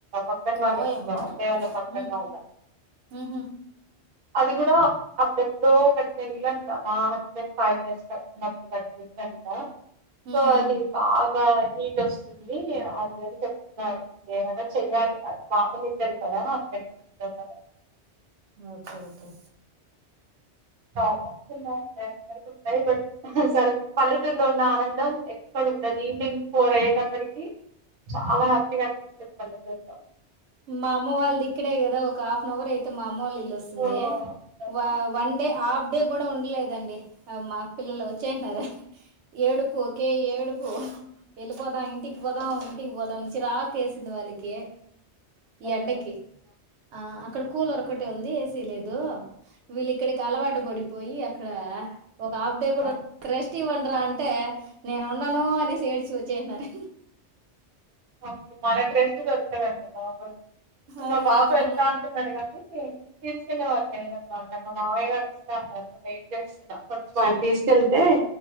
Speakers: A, on the right; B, on the right.
A: పక్కన వాే
B: ఓయమ్మా
A: అప్పే వా పక్క
B: ఉమ్
A: వాా
B: ఉహు
A: అది కూడా అప్పుడెప్పుడో కట్టిన ఇల్లంట మా హస్బెండ్ ఫైవ్ ఇయర్స్ కట్టిప్పుడు ఎసాలత సరే
B: ఉమ్ ఉమ్
A: బా ఇ హీట్ వస్తుంది అ చెప్తున్నారు ఏమైనా చెయ్యాలి అది పాటలుద్దాల కదా చెద
B: ఓకే ఓకే
A: ప్రాబ్లమ్స్ ఉన్నాయ్ అక్కాయ్ <inaudible> పల్లెటూరులో ఉన్న ఆనందం ఎక్కడ ఉండది ఈవినింగ్ ఫోర్ అయ్యేటప్పటికి చాలా హ్యాపీగా అనిపిస్తది పల్లెటూరులో.
B: మా అమ్మా వాల్దీ ఇక్కడే గ ఒక హాఫ్న్ అవర్ అయితే మా అమ్మోల్ ఇల్ ఇల్లోస్తుంది
A: సో, అందుకనే
B: వావ్ వన్ డే ఆఫ్డే కూడా ఉండలేదండి మా పిల్లలు వచ్చేస్త్నార్ ఏడుపు ఓకే ఏడుప్ ఓ వెళ్ళిపోదాం ఇంటిక్ రా ఇంటికి పోదాం చిరాకేసింది వాళ్ళకి ఈ
A: అదే
B: ఎండకి ఆ ఇక్కడ కూలర్ ఒకటే ఉంది. ఏసీలేదు, వీళ్ళ ఇక్కడికి అలవాటు పడిపోయి అక్కడ ఒక హాఫ్ డే
A: ప్రాబ్లమ్.
B: కూడా రెస్ట్ ఇవ్వండరా అం టే నే నేన్ ఉండను అనేసి ఏడ్చి వచ్చేస్నారు
A: <unintelligible> మనకి రెస్ట్ దొరకదండి బాబోయ్. ఇప్పుడు
B: అయ్యో
A: మా బాబు
B: అవును
A: ఎల్తా అంటునాడ్ కద కాని తీసుకెళ్ళే వాళ్ళు లేరన్నమాట మా మామయ్య గారు వస్తా అన్నారు. వెయిట్ చేస్తున్న కొంచెం ఆయన తీసుకెళ్తే